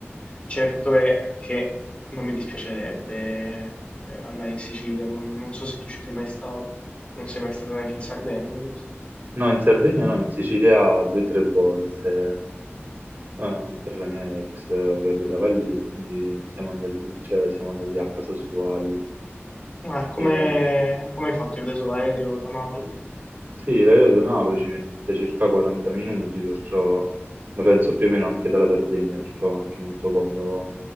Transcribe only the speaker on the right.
No, in Sardegna no, in Sicilia due o tre volte eh, per la mia ex eh, che abitava lì, quindi siamo andati, cioè, siamo andati a casa sua lì.
E,
sì, l'aereo da Napoli ci mette circa 40 minuti, perciò, ma penso più o meno anche dalla Sardegna, perciò è anche molto comodo